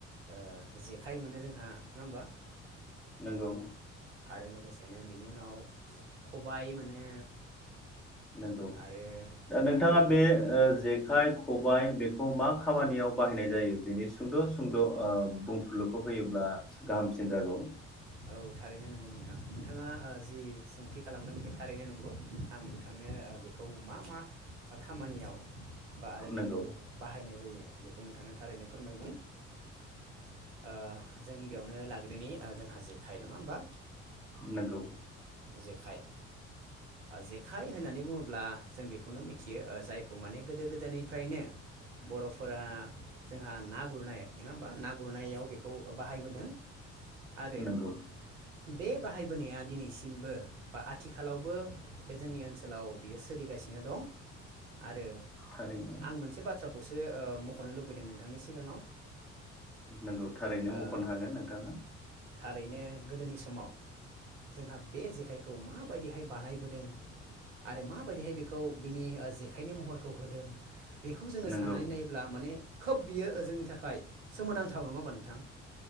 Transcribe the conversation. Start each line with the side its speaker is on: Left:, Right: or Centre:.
Right: ओ जेखाइ मोनो जों हा नङा होमबा।
Centre: नोंगौ।
Right: आरो लोगोसेनो बि नि उनाव खबाइ मोनो।
Centre: नोंगौ
Right: आरो
Centre: दा
Right: जोंहा
Centre: नोंथाङा
Right: बै
Centre: बे ओ जेखाय, खबाय बेखौ मा खामानियाव बाहायनाय जायो बेनि सुंद' सुंद' ओ बुंफ्लुखौ होयोब्ला गाहामसिन जागौ।
Right: औ थारैनो नोंगौ नोंथां नोंथाङा ओ जि सोंथि खालामदों बे थारैनो नोंगौ आं नोंथांनो बेखौ मा मा खामानियाव बा आरो
Centre: नंगौ
Right: बेखौ बाहायनाय जायो बेखौ नोंथांनो थारैनो फोरमायगोन ओ जों गिबियावनो लाग्रोनि जोंहा जे खाय नङा होमबा
Centre: नोंगौ।
Right: जेखाय। जेखाइ होननानै बुङोब्ला जों बेखौनो मिथियो जायखौ माने गोदो गोदायनिफ्रायनो बर'फोरा जोंहा ना गुरनाय नङा होमबा ना गुरनायाव बेखौ बाहायबोदों। आरो
Centre: नंगौ
Right: बे बाहायबोनाया दिनैसिमबो बा आथिखालावबो बे जोंनि ओनसोलाव बियो सोलिगासिनो दं आरो
Centre: थारैनो
Right: आं मोनसे बाथ्रा खौसो ओ मख'नो लुबैदों नोंथांनि सिगाङाव
Centre: नोंगौ थारैनो
Right: ओ
Centre: मख'नो हागोन नोंथाङा
Right: थारैनो गोदोनि समाव जोंहा बे जेखायखौ माबायदिहाय बानायबो दों आरो माबायदिहाय बेखौ बिनि जेखाइनि महरखौ होदों बेखौ जोङो
Centre: नंगौ
Right: साननानै नायोब्ला माने खोब बियो जोंनि थाखाय सोमोनांथाव नङा होनबा नोंथां?